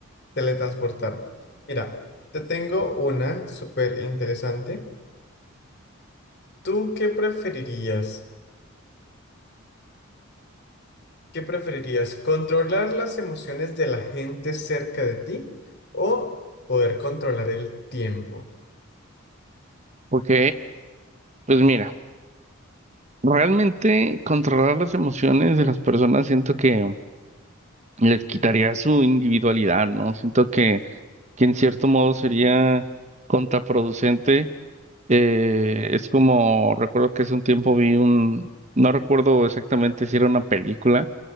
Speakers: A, on the left; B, on the right.
A: teletransportarme. Mira, te tengo una súper interesante. ¿Tú qué preferirías? ¿Qué preferirías? ¿Controlar las emociones de la gente cerca de ti o poder controlar el tiempo?
B: Ok, pues mira, realmente controlar las emociones de las personas siento que les quitaría su individualidad, ¿no? Siento que, que en cierto modo sería contraproducente Eh, es como, recuerdo que hace un tiempo vi un, no recuerdo exactamente si era una película,